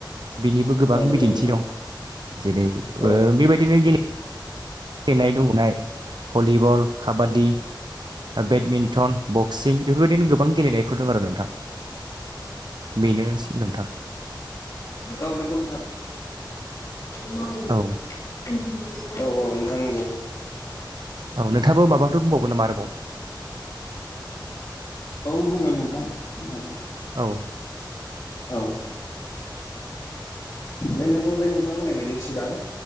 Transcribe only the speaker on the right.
बेनिबो गोबां
बिदिन्थि
दं। जेरै ओ
बेबायदिनो गेले- गेलेनाय दुंनाय भलिबल, काबादि, बेडमिन्टन बक्सिं बेफोरबायदिनो गोबां गेलेनायफोर दं आरो नोंथां बेनो नोंथां
औ
औ नोंथाङाबो माबाफोर बुंबावगोन नामा आरोबाव?
औ